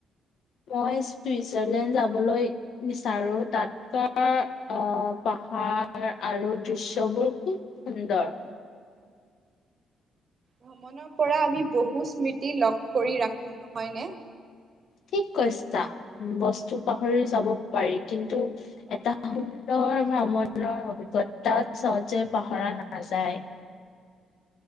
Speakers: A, on the left; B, on the right.
A: মই চুইজাৰলেণ্ড যাবলৈ বিচাৰো, তা'ত তাৰ আঁহ' পাহাৰ আৰু দৃশ্যবোৰ খুব সুন্দৰ।
B: ভ্ৰমণৰ পৰা আমি বহু স্মৃতি লগ কৰি ৰাখোঁ নহয় নে।
A: ঠিক কৈছা, বস্তু পাহৰি যাব পাৰি কিন্তু- এটা সুন্দৰ ভ্ৰমণৰ অভিজ্ঞতা সহজে পাহৰা নাযায়।